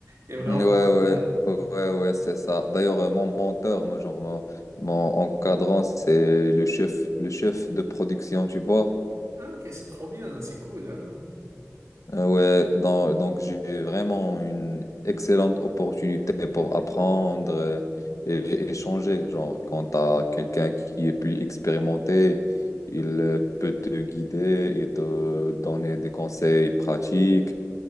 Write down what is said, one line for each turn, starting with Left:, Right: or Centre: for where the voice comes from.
Right: Et vraiment,
Left: Ouais, ouais,
Right: voilà.
Left: ouais, ouais, c'est ça. D'ailleurs, euh, mon menteur, moi, genre, mon, mon encadrant, c'est le chef, le chef de production, tu vois?
Right: Ah, ok, c'est trop bien, c'est cool, hein.
Left: Euh, ouais, donc, donc j'ai vraiment une excellente opportunité pour apprendre euh, et, échanger. Genre, quand tu as quelqu'un qui est plus expérimenté, il euh, peut te guider et te donner des conseils pratiques.